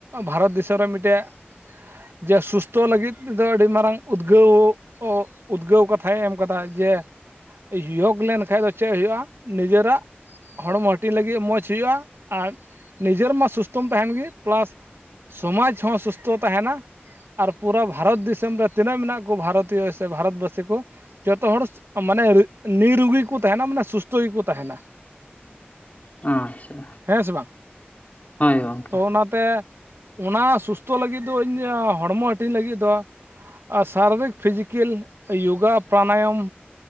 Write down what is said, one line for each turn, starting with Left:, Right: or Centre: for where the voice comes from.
Right: ᱵᱷᱟᱨᱚᱛ ᱫᱤᱥᱚᱢ ᱨᱮ ᱢᱤᱫᱴᱮᱜ ᱡᱮ ᱥᱩᱥᱛᱷᱚ ᱞᱟᱹᱜᱤᱫ ᱛᱮᱫᱚ ᱟᱹᱰᱤ ᱢᱟᱨᱟᱝ ᱩᱫᱽᱜᱟᱹᱣ᱾ ᱩᱫᱽᱜᱟᱹᱣ ᱠᱟᱛᱷᱟᱭ ᱮᱢ ᱠᱟᱫᱟ ᱡᱮ᱾ ᱭᱩᱜᱽ ᱞᱮᱱ ᱠᱷᱟᱱ ᱫᱚ ᱪᱮᱫ ᱦᱩᱭᱩᱜᱼᱟ ᱱᱤᱡᱮᱨᱟᱜ᱾ ᱦᱚᱲᱢᱚ ᱦᱟᱹᱴᱤᱧ ᱞᱟᱹᱜᱤᱫ ᱢᱚᱡᱽ ᱦᱩᱭᱩᱜᱼᱟ ᱟᱨ ᱱᱤᱡᱮᱨ ᱢᱟ ᱥᱩᱥᱛᱷᱚᱢ ᱛᱟᱦᱮᱱ ᱜᱮ ᱯᱞᱟᱥ᱾ ᱥᱚᱢᱟᱡᱽ ᱦᱚᱸ ᱥᱩᱥᱛᱷᱚ ᱛᱟᱦᱮᱱᱟ᱾ ᱟᱨ ᱯᱩᱨᱟᱹ ᱵᱷᱟᱨᱚᱛ ᱫᱤᱥᱚᱢ ᱨᱮ ᱛᱤᱱᱟᱹᱜ ᱢᱮᱱᱟᱜ ᱠᱚ ᱵᱷᱟᱨᱚᱛᱤᱭᱚ ᱥᱮ ᱵᱷᱟᱨᱚᱛᱵᱟᱹᱥᱤ ᱠᱚ ᱡᱚᱛᱚ ᱦᱚᱲ᱾ ᱢᱟᱱᱮ ᱱᱤᱨᱩᱜᱤ ᱠᱚ ᱛᱟᱦᱮᱱᱟ ᱢᱟᱱᱮ ᱥᱩᱥᱛᱷᱚ ᱜᱮᱠᱚ ᱛᱟᱦᱮᱱᱟ᱾
Left: ᱟᱪᱪᱷᱟ
Right: ᱦᱮᱸ ᱥᱮ ᱵᱟᱝ
Left: ᱦᱳᱭ ᱜᱚᱝᱠᱮ
Right: ᱛᱚ ᱚᱱᱟ ᱛᱮ ᱚᱱᱟ ᱥᱩᱥᱛᱷᱚ ᱞᱟᱹᱜᱤᱫ ᱫᱚ ᱤᱧ ᱦᱚᱲᱢᱚ ᱦᱟᱹᱴᱤᱧ ᱞᱟᱹᱜᱤᱫ ᱫᱚ᱾ ᱥᱟᱨᱵᱷᱤᱠ ᱯᱷᱤᱡᱤᱠᱮᱞ ᱡᱳᱜᱟ ᱯᱨᱟᱱᱟᱭᱟᱢ